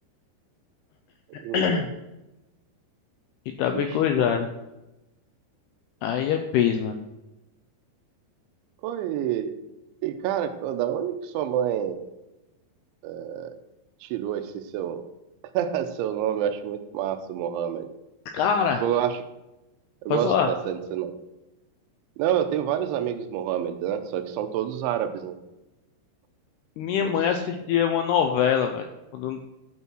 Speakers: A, on the right (about 80°); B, on the left (about 80°).
A: Uhum.
B: <clears throat> e tá bem
A: Ixi,
B: coisado.
A: mano.
B: Aí é peso, mano.
A: Pô, e, e, cara, da onde que sua mãe é, tirou esse seu, <laughs> seu nome? Eu acho muito massa, Mohamed.
B: Cara,
A: Tipo, eu acho, eu
B: posso
A: gosto
B: falar?
A: bastante desse nome. Não, eu tenho vários amigos Mohammed, né? Só que são todos árabes, né?
B: Minha
A: Todos.
B: mãe assistia uma novela, velho. Quando,